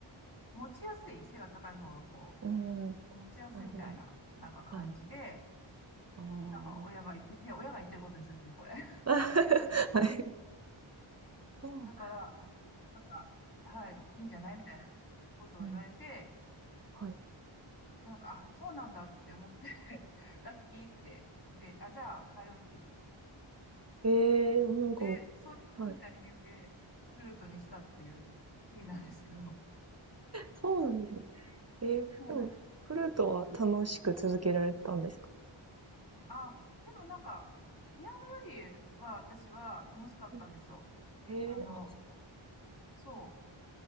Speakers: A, on the left; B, on the right.
A: 持ちやすい、背が高い方がこ
B: うん。うーん、
A: う、持ちやすいみたいな、
B: なるほど。
A: なんか感じで、
B: はい。あ
A: なんか親が言ってて、親が言ってることですよ、もうこれ。<laughs>
B: あ。<laughs> はい。そうなん
A: だから、なんか、はい、いいんじゃないみたいなことを言われて、
B: うん、はい。
A: なんか、あ、そうなんだって思って <laughs> ラッキーって、で、あ、じゃあ帰るって。
B: ええ、なんか
A: で、そういうふうな理由で、
B: はい。
A: フルートにしたっていう経緯なんですけど。
B: そうなんですね。ええ、
A: はい。
B: でも、フルートは楽しく続けられたんですか？
A: あ、でもなんか、ピアノよりは私は楽しかったんですよ。
B: うん。へえ、
A: あの、
B: あ、そ
A: そう。